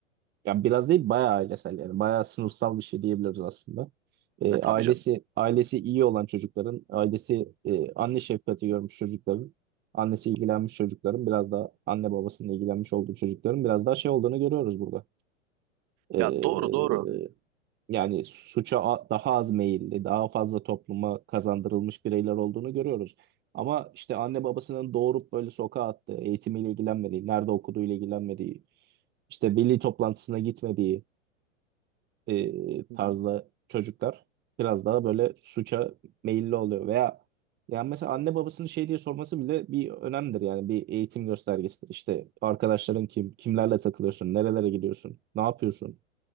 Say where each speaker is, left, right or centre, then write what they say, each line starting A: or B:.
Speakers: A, on the right; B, on the right.
A: Yani biraz değil bayağı ailesel yani bayağı sınıfsal bir şey diyebiliriz aslında. Ee,
B: E tabii
A: ailesi
B: canım.
A: ailesi iyi olan çocukların, ailesi e, anne şefkati görmüş çocukların, annesi ilgilenmiş çocukların biraz daha anne babasının ilgilenmiş olduğu çocukların biraz daha şey olduğunu görüyoruz burada. Ee,
B: Ya doğru doğru.
A: yani suça a- daha az meyilli, daha fazla topluma kazandırılmış bireyler olduğunu görüyoruz. Ama işte anne babasının doğurup böyle sokağa attığı, eğitimiyle ilgilenmediği, nerede okuduğuyla ilgilenmediği, işte milli toplantısına gitmediği, e,
B: Hı
A: tarzda
B: hı.
A: çocuklar biraz daha böyle suça meyilli oluyor veya yani mesela anne babasının şey diye sorması bile bir önemdir yani bir eğitim göstergesidir. İşte arkadaşların kim, kimlerle takılıyorsun, nerelere gidiyorsun, ne yapıyorsun?